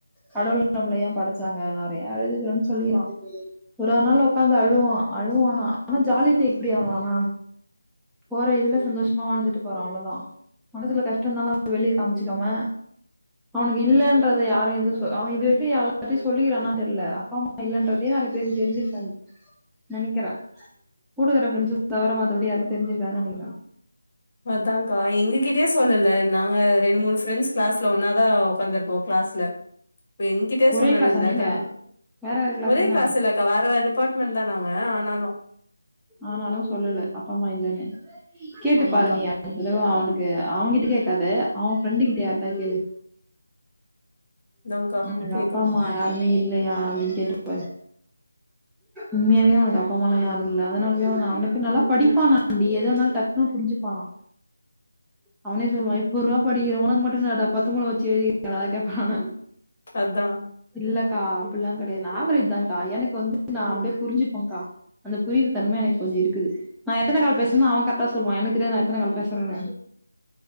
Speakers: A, in the centre; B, on the left.
A: கடவுள் நம்மல ஏ படைச்சாங்க நறைய அழுதுகறேன்னு சொல்லிருக்கா ஒரு ஒரு நாள் உக்காந்து அழுவா அழுவானா ஆனா ஜாலி டைப்டி அவ எல்லா போற இதுல சந்தோஷமா வாழ்ந்துட்டு போற அவ்வளதா மனசுல கஷ்டோனுலா வெளியே காமிச்சுக்காம அவனுக்கு இல்லன்றத யாரு எதுவு அவ இது வரைக்கும் யார்ட்டயு சொல்லிக்கிறானான்னு தெரில அப்ப இல்லன்றதே அது தெரிஞ்சி தெரிஞ்சிருக்காது நெனைக்கிறா கூட்டுகற ஃப்ரெண்ட்ஸ்சுக்கு தவிர மத்தபடி யாரும்க்கு தெரிஞ்சிருக்காதுன்னு நெனைக்கிறே
B: அதான்க்கா எங்ககிட்டயே சொல்லல நாங்க ரெண்டு மூணு ஃப்ரெண்ட்ஸ் கிளாஸ்ல ஒன்னாதா உக்காந்துரு போ கிளாஸ்ல எங்கிட்டேயே
A: ஒரே
B: சொன்னது
A: கிளாஸா
B: இல்ல
A: நீங்க?
B: க
A: வேற வேற கிளாஸ்
B: ஒரே
A: தான?
B: கிளாஸ்ல க வேற வேற டிபார்ட்மெண்ட் தா நாங்க ஆனாலு
A: ஆனாலு சொல்லல அப்பா அம்மா இல்லலைன்னு கேட்டு
B: ஆமாக்கா
A: பாரு நீ யார் இதுலேயு அவனுக்கு அவன்கிட்ட கேட்காத அவ ஃப்ரெண்டு கிட்ட யாரிட்டயா கேளு
B: அதான்க்கா
A: அவனுக்கு
B: கேக்கணு
A: அப்பா அம்மா யாருமே இல்லையா அப்படின்னு கேட்டுப்பாரு உண்மையாவே அவனுக்கு அப்ப அம்மாலா யாரு இல்ல அதனாலய அவனுக்கு நல்லா படிப்பானாண்டி எதானலே டக்குன்னு புரிஞ்சுப்பானா அவனே சொல்லுவா எப்புறா படிக்கிற உனக்கு மட்டு என்னாடா பத்து மூளை வச்சு எழுதியி எவனாவது கேப்பானா
B: அதா
A: இல்லக்கா அப்படிலா கெடையாது ஆவ்ரேஜ் தான்கா எனக்கு வந்து நா அப்படியே புரிஞ்சுப்பேன்கா அந்த புரியுற தன்ம எனக்கு கொஞ்சு இருக்குது நா எத்தன கால் பேசுவே அவ கரெக்டா சொல்லுவா எனக்கு தெரியாது நா எத்தன கால் பேசுறேன்னு